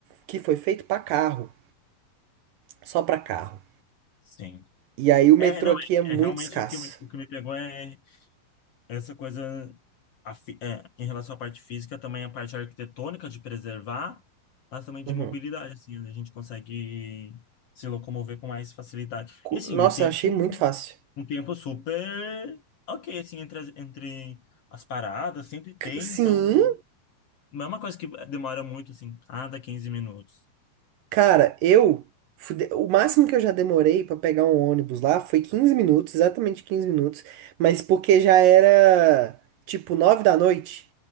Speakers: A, on the right; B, on the left.
A: que foi feito pra carro, só pra carro.
B: sim.
A: E aí o
B: É,
A: metrô
B: não,
A: aqui é muito
B: é, é realmente
A: escasso.
B: o que me, o que me pegou é essa coisa a fi- é, em relação à parte física, também a parte arquitetônica de preservar, mas também de
A: Uhum.
B: mobilidade, assim, onde a gente consegue se locomover com mais facilidade.
A: Co-
B: E assim,
A: Nossa,
B: o tempo,
A: eu achei muito fácil.
B: um tempo super ok, assim, entre as, entre as paradas, sempre tem,
A: C- Sim,
B: então não é uma coisa que demora muito, assim, ah, dá 15 minutos.
A: cara, eu. fui de- O máximo que eu já demorei pra pegar um ônibus lá foi 15 minutos, exatamente 15 minutos. Mas porque já era tipo 9 da noite.